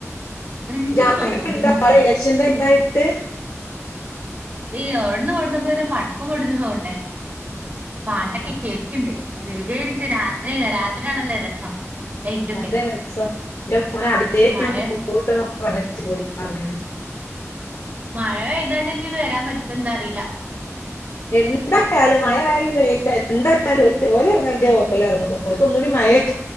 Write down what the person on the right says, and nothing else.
ഇണ്ട്
തോന്ന്ണ്
ഈ അവടന്നും, ഇവടന്നും ക്കങ്ങനെ പടക്കം പൊട്ടിച്ചണ സൗണ്ട് കേക്ക. പാട്ടൊക്കെ
കേൾക്കണ്ട്. വരയിരിക്കും രാത്രി, രാത്രി- ആണല്ലോ രസം. ലൈറ്റൊക്കെ
മഴ
മഴ പെയ്തോണ്ട് ഇനിവരാൻ പറ്റു ന്തഅറീല.